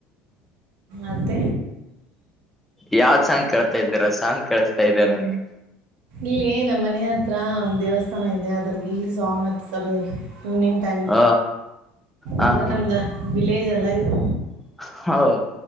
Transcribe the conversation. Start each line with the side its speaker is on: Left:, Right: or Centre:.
Right: ಅತ
Centre: ಯಾವ್ ಸಾಂಗ್ ಕೇತಾ ಇದ್ದೀರ ಸಾಂಗ್ ಕಳಿಸಸ್ತಾ ಇದ್ದ ನನ್ಗೆ
Right: ಇಲ್ಲಿ ನಮ್ಮ್ ಮನೆ ಹತ್ರ ಒಂದ್ ದೇವಸ್ಥಾನ ಇದೆ ಅದ್ರ ಇಲ್ಲಿ ಸಾಂಗ್ ಹತ್ತ ಸರ್ ಈವ್ನಿಂಗ್ ಟೈಮ್
Centre: ಹ ಹ
Right: ಅಂದ್ರೆ ನಮ್ದ ವಿಲೇಜ್ ಅ ಎಲದು
Centre: <unintelligible> ಹೌದು